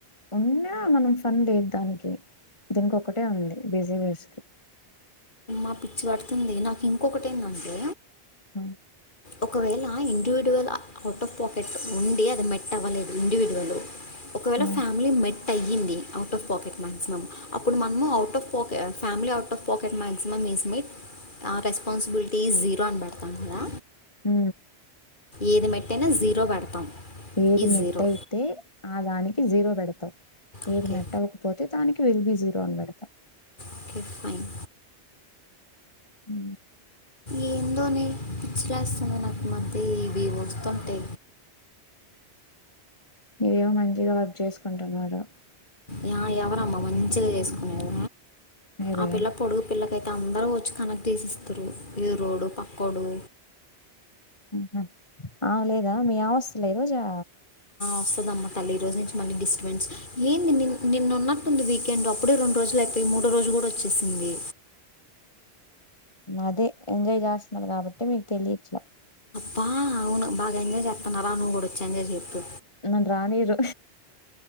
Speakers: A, on the left; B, on the left.
A: ఉన్నా మనం ఫన్ లేదు దానికి దీనికి ఒక్కటే ఉంది బిజీవర్స్ కి
B: ఆ పిచ్చి పడుతుంది నాకు ఇంకొకటి ఏంటంటే
A: <unintelligible>
B: ఒకవేళ ఇండివిడువల్ అవుట్ ఆఫ్ పాకెట్ ఉండి అది మెట్ అవ్వలేదు ఇండివిడువల్ ఒకవేళ
A: ఆ!
B: ఫ్యామిలీ మే అయ్యంది అవుట్ ఆఫ్ పాకెట్ మాక్సిమం అప్పుడు మనము out of pocket family out of pocket maximum మస్మిట్ ఆ రెస్పాన్సిబిలిటీస్ జీరో అని పెడతా కదా
A: ఉ
B: ఏది మెట్టయినా జీరో పెడతాం
A: ఏది
B: ఈ
A: మెట్
B: జీరో
A: అయితే ఆ దాని జీరో పెడతాం
B: ఓకే
A: ఏది మెట్టవకపోతే దానికి విల్ బి జీరో అని పెడతాం
B: ఓకే ఫైన్
A: హు
B: ఏందోనే ఇచ్చలేస్తుంది నాకు మధ్య ఇవి వస్తుంటే
A: మీరేమో మంచి వర్క్ చేసుకుంటున్నారు
B: యా ఎవరు అమ్మ మంచిగా చేసుకునేది
A: మీరే
B: ఆ పిల్ల పొడుగు పిల్లకైతే అ అందరు వచ్చి కనక్ తీసి ఇస్తారు ఎ రోడు పక్కోడు
A: ఉహు అ లేదా మీ ఆవస్థలే రోజా
B: వస్తుదమ్మా తల్లి ఈ రోజు నుంచి మళీ డిస్టబెన్స్ ఏ నిన్న ఉన్నట్టుంది వీకెండ్ అప్పుడే రెండు రోజు లేకపోతే మూడో రోజు కూడా వచ్చేసింది
A: అదే ఎంజాయ్ చేస్తున్నారు కాబట్టి మీకు తెలియట్లే
B: బా అవును బాగా ఎంజాయ్ చెత్తన్నారా నువ్వు కూడా వచ్చా ఎంజాయ్ చెప్పు
A: నన్ను రానీరు